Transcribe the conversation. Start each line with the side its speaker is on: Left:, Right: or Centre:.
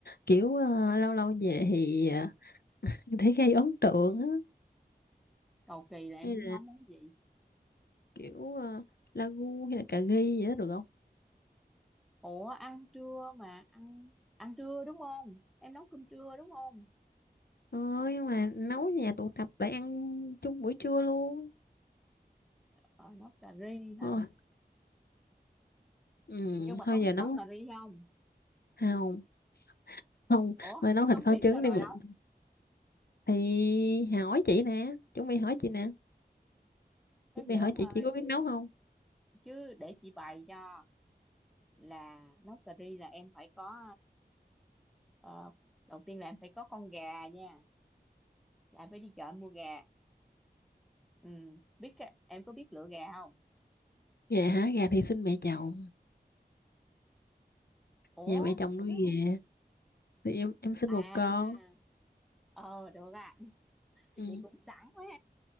Left: kiểu ờ, lâu lâu về thì ờ, để gây ấn tượng á
Centre: cầu kỳ là em
Left: hay
Centre: muốn
Left: là
Centre: nấu món gì
Left: kiểu uh, lagu hay là cà ri vậy đó được không
Centre: ủa ăn trưa mà ăn ăn trưa đúng không em nấu cơm trưa đúng không
Left: thôi nhưng mà nấu nhà tụ tập để ăn chung buổi trưa luôn
Centre: ờ, nấu cà ri hả
Left: thôi ừ,
Centre: nhưng mà
Left: thôi
Centre: có biết
Left: giờ nấu
Centre: nấu cà ri không
Left: không không
Centre: ủa
Left: thôi nấu thịt
Centre: không
Left: kho
Centre: biết
Left: trứng
Centre: sao rồi
Left: đi mình
Centre: nấu
Left: thì hỏi chị nè chuẩn bị hỏi chị nè
Centre: nó
Left: chuẩn
Centre: dở
Left: bị hỏi chị
Centre: thôi
Left: chị có biết
Centre: chứ
Left: nấu không
Centre: chứ để chị bày cho là nấu cà ri là em phải có ờ, đầu tiên là em phải có con gà nha là em phải đi chợ em mua gà ừ biết cái- em có biết lựa gà không
Left: gà hả gà thì xin mẹ chồng
Centre: ủa
Left: nhà mẹ chồng nuôi
Centre: chứ không
Left: về thì em em sinh
Centre: à
Left: một con
Centre: ờ được à <laughs>
Left: ừ,
Centre: chị cũng sẵn quá